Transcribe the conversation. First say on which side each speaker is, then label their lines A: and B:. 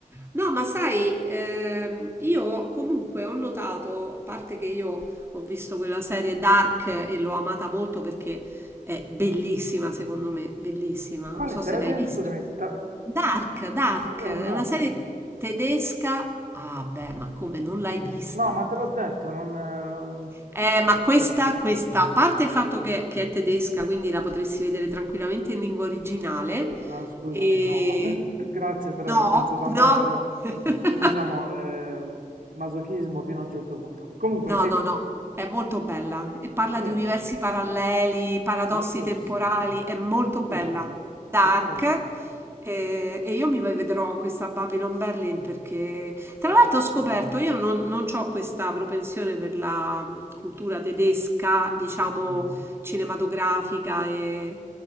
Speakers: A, on the right; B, on the right.
A: No, ma sai, ehm, io comunque ho notato, a parte che io ho visto quella serie Dark e l'ho amata molto perché è bellissima, secondo me, bellissima.
B: Quale
A: Non so
B: serie?
A: se l'hai vista.
B: Scusami, da-
A: Dark, Dark,
B: è un
A: è
B: nome.
A: una serie
B: dici?
A: tedesca. Ah, beh, ma come non l'hai vista?
B: No, ma te l'ho detto, non... eh,
A: Eh, ma
B: Ok.
A: questa, questa, a
B: Mm,
A: parte il
B: mm.
A: fatto che, che è tedesca, quindi la potresti vedere tranquillamente in lingua originale.
B: Sì, no, scusami,
A: E...
B: no. <laughs> Grazie per
A: No,
B: aver pensato a
A: no.
B: me, però
A: <laughs>
B: mm, diciamo ehm, masochismo fino a un certo punto. Comunque,
A: No,
B: sì,
A: no, no, è molto bella e parla
B: lo vedo.
A: di universi paralleli, paradossi
B: Ficus,
A: temporali, è molto bella,
B: uh,
A: dark.
B: Wunderschön,
A: eh, E, io mi vedrò questa Babylon Berlin perché, tra
B: va
A: l'altro,
B: bene.
A: ho scoperto, io non, non ho questa propensione per la cultura tedesca,
B: Mhm.
A: diciamo, cinematografica e